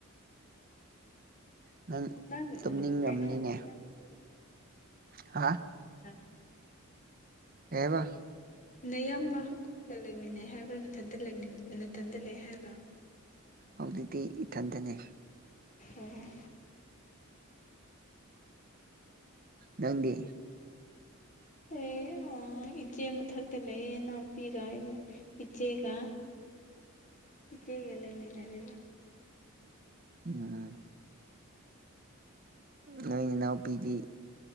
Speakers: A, on the right; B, on the left.
A: ꯅꯪ
B: ꯅ ꯎꯝ
A: ꯇꯨꯝꯅꯤꯡꯔꯝꯅꯤꯅꯦ
B: ꯀꯩꯅꯟꯅ <unintelligible> ꯌꯥꯝ ꯍꯥꯏ
A: ꯍꯥ ꯀꯩ
B: <inaudible>
A: ꯀꯩꯍꯥꯏꯕ
B: ꯅꯌꯥꯝꯕ ꯈꫭꯏꯒ ꯂꯩꯃꯤꯟꯅꯩ ꯍꯥꯏꯕ꯭ꯔꯥ ꯅꯊꯟꯇ ꯂꯩ ꯍꯥꯏꯕ꯭ꯔꯥ
A: ꯍꯧꯖꯤꯛꯇꯗꯤ ꯏꯊꯟꯗꯅꯦ
B: ꯑꯣ
A: ꯅꯪꯗꯤ
B: ꯑꯩ ꯑꯥ ꯏꯆꯦ ꯃꯊꯛꯇ ꯂꯩꯌꯦ ꯏꯅꯥꯎꯄꯤꯒ ꯏꯆꯦꯒ ꯏꯆ‌ꯦꯒꯦ ꯂꯩꯃꯤꯟꯅꯔ‌ꯦ
A: ꯎꯝ ꯅꯣꯏ ꯏꯅꯥꯎꯄꯤꯗꯤ